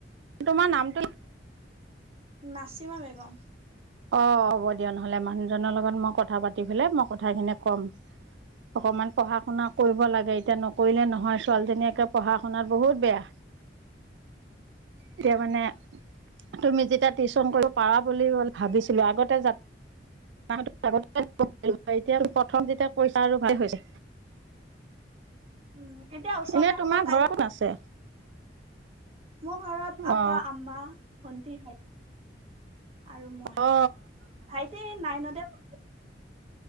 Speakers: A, on the right; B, on the right.
A: তোমাৰ নামটো
B: নাচিমা বেগম।
A: অ হ'ব দিয়া নহলে, মানুহজনৰ লগত মই কথা পাতি পেলাই মই কথাখিনি ক'ম! অকমান পঢ়া শুনা কৰিব লাগে। এতিয়া নকৰিলে নহয়, ছোৱালীজনীয়েকে পঢ়া শুনাত বহুত বেয়া। এতিয়া মানে, তুমি যেতিয়া টিউচন কৰিব পাৰা বুলিলে ভাবিছিলো আগতে, <unintelligible> এতিয়া প্ৰথম যেতিয়া পইছা আৰু ভাল হৈছে।
B: উম, এতিয়া ওচৰতে
A: এনে
B: হ'ব
A: তোমাৰ
B: তাইও।
A: ঘৰত কোন আছে
B: মোৰ ঘৰত আপা,
A: অ
B: আম্মা, ভন্টি। আৰু মই
A: অ
B: ভাইটি নাইনতে পঢ়ি